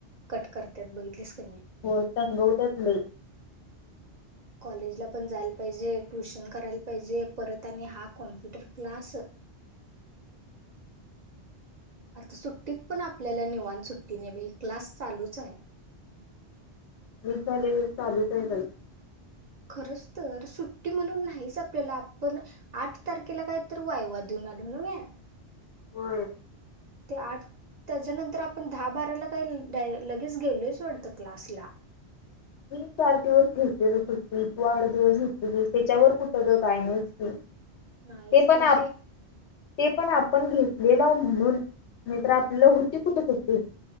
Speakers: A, on the right; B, on the left.
A: कट करतात बघितलीस का नाही.
B: होय तंगवत्यात लई.
A: कॉलेजला पण जायला पाहिजे ट्युशन करायला पाहिजे परत आणि हा कॉम्प्युटर क्लास. <inaudible> आता सुट्टीत पण आपल्याला निवाण सुट्टीनेही क्लास चालूच आहे.
B: मी झाले व चालूच आहे बाई.
A: खरच तर सुट्टी म्हणून नाहीच आपल्याला आपण आठ तारखेला काय तर वायवा देऊन आलो नवे.
B: होय
A: ते आठ त्याच्यानंतर आपण दहा बाराला काही लगेच गेलोच वाटतं क्लासला.
B: मी चार दिवस घेतलेल कती किवा आठ दिवस घेतलेली त्याच्यावर कुठं ग काय नाहीच की.
A: नाहीच
B: ते
A: की
B: पण
A: आणि
B: आप ते पण आपण घेतलेल म्हणून. नाहीतर आपल्याला
A: हम्म
B: होती कुठे सुट्टी